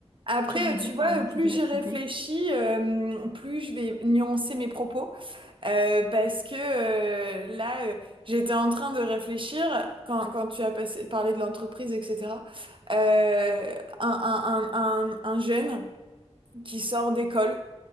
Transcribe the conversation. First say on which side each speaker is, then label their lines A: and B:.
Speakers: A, on the right; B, on the right.
A: Après,
B: Tu allais
A: euh,
B: dire,
A: tu vois,
B: pardon,
A: euh, plus
B: je te laisse
A: j'y
B: te
A: réfléchis,
B: couper.
A: euh, plus je vais nuancer mes propos. Euh, parce que euh, là, euh, j'étais en train de réfléchir quand, quand tu as passé, parlé de l'entreprise, etc. Euh, un, un, un, un, un jeune qui sort d'école.